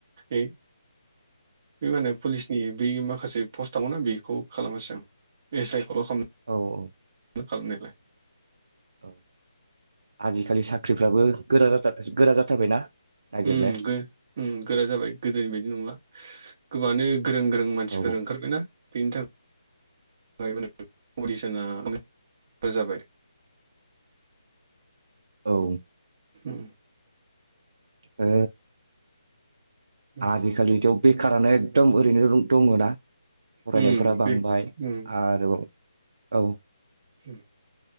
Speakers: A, on the right; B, on the right.
A: ए
B: <inaudible>
A: बे माने पुलिसनि बे माखासे पस्टआव ना बेखौ खालामासै आं एस आइ खौल' खा
B: औ औ
A: खालामनायालाय
B: औ आजिखालि साख्रिफ्राबो गोरा जाथार गोरा जाथारबायना? नागिरनो
A: ओम गो ओम गोरा जाबाय गोदोनि बायदि नंला गोबाङानो गोरों गोरों मानसिफोर
B: औ
A: ओंखारबायना बेनि थाखाय माने अदिसना दा जाबाय
B: औ
A: ओम
B: ओ
A: उम
B: आजिखालिथ' बेखारानो एकदम ओरैनो दङ' ना फरायनायफोरा
A: उम
B: बांबाय
A: बे उम
B: आरोबाव औ
A: ए